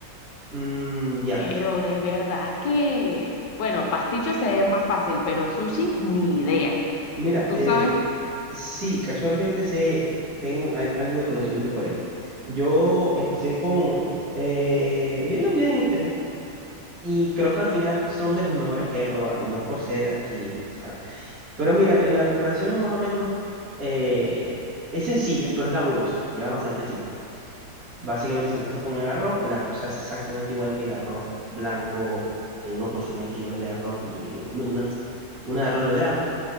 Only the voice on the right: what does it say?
mm, ya.
Mira,
eh,
Sí, casualmente sé, tengo al- algo de conocimiento por allí. Yo empecé con eh, viendo videos en internet y creo que al final son de los mejores que he probado y no es por ser aquí, tú sabes. Pero mira, eh, la preparación es más o menos, eh, es sencilla, pero es laburosa, lleva bastante tiempo. Básicamente se empieza con el arroz, el arroz se hace exactamente igual que el arroz blanco que uno consume aquí, dos de arroz y un- una, una de arroz de agua